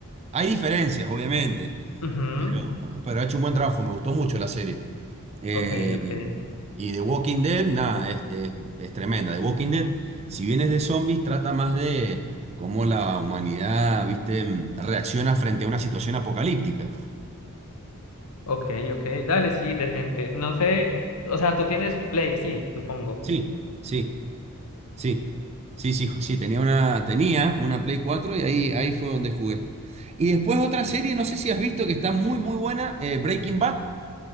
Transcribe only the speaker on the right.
Hay diferencias, obviamente.
Pero, pero ha hecho un buen trabajo, me gustó mucho la serie. Eh,
y The Walking Dead, nada, es, es- es tremenda. The Walking Dead, si bien es de zombies, trata más de cómo la humanidad, viste, mm, reacciona frente a una situación apocalíptica.
Sí, sí, sí, sí, sí, ju- sí, tenía una, tenía una Play 4 y ahí, ahí fue donde jugué. Y después otra serie, no sé si has visto que está muy, muy buena, eh, Breaking Bad.